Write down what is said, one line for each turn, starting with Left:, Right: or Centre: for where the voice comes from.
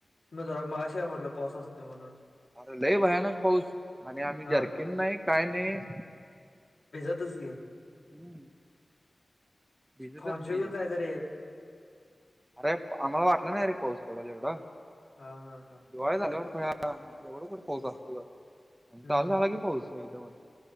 Left: मी जरा मगाशी काय म्हटलं पाऊस असतो म्हणून
Right: अरे लय भयानक पाऊस आणि आम्ही
Left: हा
Right: जरखे येत नाही काय नाही
Left: भिजतच की.
Right: हम्म <unintelligible> भिजतच
Left: फॉनचर
Right: की
Left: ला जायचरे एक
Right: अरे आम्हाला वाटलं नाही रे पाऊस पडल एवढा.
Left: हा हा हा.
Right: दिवाळी झाल्यावर काय आता एवढं कुठे पाऊस असतो आणि
Left: हम्म
Right: काल झाला की पाऊस एकदमच